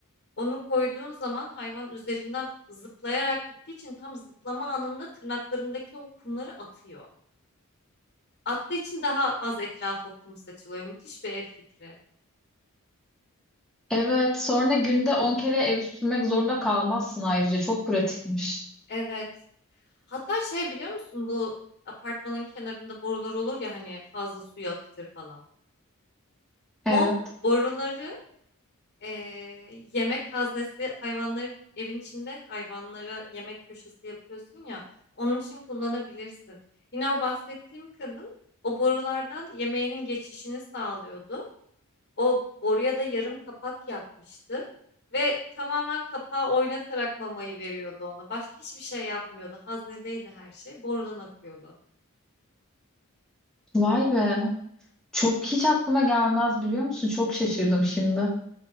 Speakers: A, on the left; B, in the centre.
A: Onu koyduğun zaman hayvan üzerinden zıplayarak gittiği için tam zıplama anında tırnaklarındaki o kumları atıyor. Attığı için daha az etrafa kum saçılıyor. Müthiş bir ev fikri.
B: evet. Sonra günde 10 kere evi süpürmek zorunda kalmazsın ayrıca. Çok pratikmiş.
A: Evet. Hatta şey biliyor musun bu apartmanın kenarında borular olur ya hani fazla suyu akıtır falan.
B: Evet.
A: O boruları Ee, yemek haznesi hayvanları evin içinde hayvanlara yemek köşesi yapıyorsun ya onun için kullanabilirsin. Yine o bahsettiğim kadın o borulardan yemeğinin geçişini sağlıyordu. O boruya da yarım kapak yapmıştı ve tamamen kapağı oynatarak mamayı veriyordu ona. Başka hiçbir şey yapmıyordu. Haznedeydi her şey. Borudan akıyordu.
B: Vay be. Çok hiç aklıma gelmez biliyor musun? Çok şaşırdım şimdi.